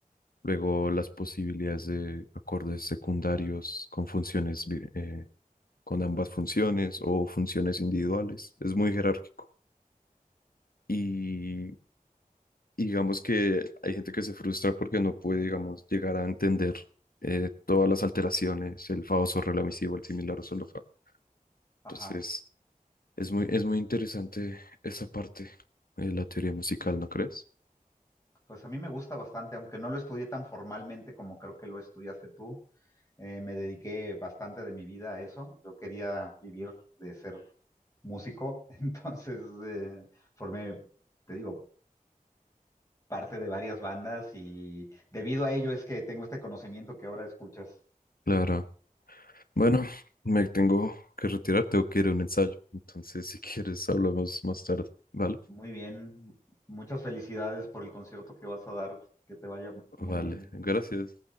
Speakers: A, on the left (about 80°); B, on the left (about 20°).
A: luego las posibilidades de acordes secundarios con funciones, bi- eh, con ambas funciones o funciones individuales. Es muy jerárquico. Y digamos que hay gente que se frustra porque no puede, digamos, llegar a entender eh, todas las alteraciones, el famoso relativo, el similar, el solo fa.
B: Ajá.
A: Entonces Es muy, es muy interesante esa parte de la teoría musical, ¿no crees?
B: Pues a mí me gusta bastante, aunque no lo estudié tan formalmente como creo que lo estudiaste tú. eh, me dediqué bastante de mi vida a eso. Yo quería vivir de ser músico, <laughs> entonces eh, formé, te digo, parte de varias bandas y debido a ello es que tengo este conocimiento que ahora escuchas.
A: Claro. Bueno, me tengo que retirar, tengo que ir a un ensayo. Entonces, si quieres, hablamos más tarde. Vale,
B: Muy bien. Muchas felicidades por el concierto que vas a dar. Que te vaya muy
A: vale.
B: bien.
A: Gracias.